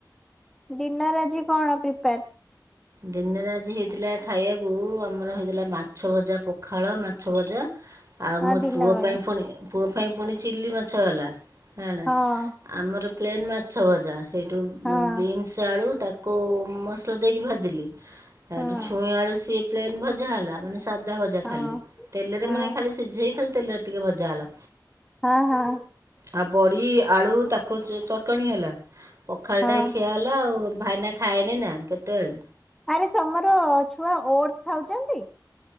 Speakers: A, in the centre; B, on the right.
A: ଡିନର୍ ଆଜି କଣ ପ୍ରିପେୟାର
B: ଦିନରେ ଆଜି ହେଇଥିଲା ଖାଇବାକୁ ଆମର ହେଇଥିଲା ମାଛଭଜା ପଖାଳ ମାଛଭଜା। ଆଉ
A: ହଁ
B: ମୋ
A: ଦିନ
B: ପୁଅ
A: ବେଳେ
B: ପାଇଁ ପୁଣି ପ ପାଇଁ ପୁଣି ଚିଲିମାଛ ହେଲା ହେ ହେଲା
A: ହଁ
B: ଆମର ପ୍ଲେନ୍ ମାଛ ଭଜା। ସେଇଠୁ
A: ହଁ
B: ବିନ୍ସ ଆଳୁ ତାକୁ ମସଲା ଦେଇକି ଭାଜ <unintelligible>
A: ହଁ
B: ଛୁଇଁ ଆଳୁ ସେ ପ୍ଲେନ୍ ଭଜା ହେଲା, ମାନେ ସାଧା ଭଜା
A: ହଁ
B: ଖାଲି ତେଲରେ
A: ହଁ
B: ମାନେ ଖାଲି ସିଝେଇ ଖା <unintelligible> ଟିକେ ଭଜା ହେଲା।
A: ହଁ ହଁ
B: ଆଉ ବଡ଼ି, ଆଳୁ ତାକୁ ଚଟଣି ହେଲା, ପଖାଳଟାଏ
A: ହଁ
B: ଖିଆ ହେଲା ଆଉ ଭାଇନା ଖାଏନି ନା କେତେବେଳେ।
A: ଆରେ ତମର ଛୁଆ ଓଟସ ଖାଉଛନ୍ତି?